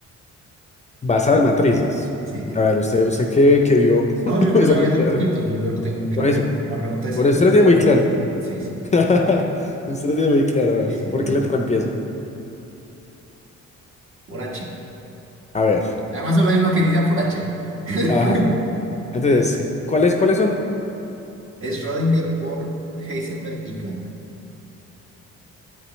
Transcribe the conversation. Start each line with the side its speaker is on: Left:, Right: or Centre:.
Left: Basado en matrices.
Right: Sí. sí.
Left: A ver, usted, usted que, que vio
Right: No,
Left: <laughs>
Right: yo,
Left: esa
Right: yo la
Left: materia,
Right: vi hace poquito,
Left: hace-
Right: yo, yo lo tengo muy claro.
Left: por eso,
Right: La pregunta es
Left: por
Right: si
Left: eso
Right: tú
Left: usted
Right: que
Left: lo
Right: la
Left: tiene muy
Right: viste
Left: claro.
Right: en... Sí, sí,
Left: <laughs> Usted lo tiene muy claro, a ver,
Right: sí, sí,
Left: ¿por
Right: sí.
Left: qué letra empieza?
Right: Por H.
Left: A ver,
Right: Además solo hay uno que inicia por H. <laughs>
Left: ajá. Entonces, ¿cuáles, cuáles son?
Right: Es Schrödinger, Bohr, Heisenberg y Planck.